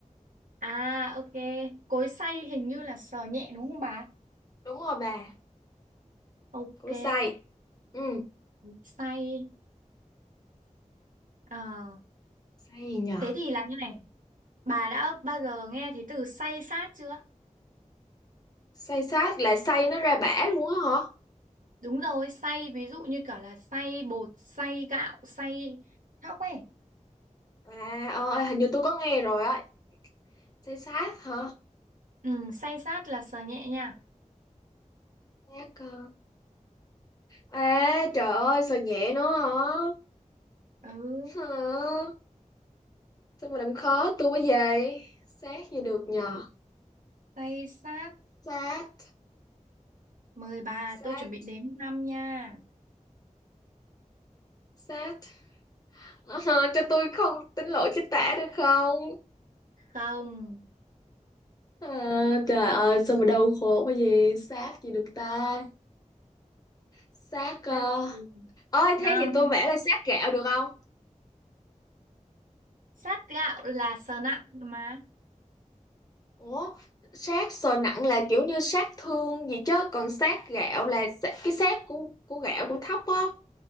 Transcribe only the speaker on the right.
À ok, cối xay hình như là sờ nhẹ đúng không bà?
Ok,
xay. Ờ,
thế thì là như này, bà đã bao giờ nghe thấy từ xay sát chưa?
Đúng rồi, xay ví dụ như kiểu là xay bột, xay gạo, xay thóc ấy.
Ừ, xay sát là sờ nhẹ nha.
Ừ,
xay sát.
Mời bà,
tôi chuẩn bị đếm năm nha.
Không.
Sắt gì?
năm
sát gạo là sờ nặng mà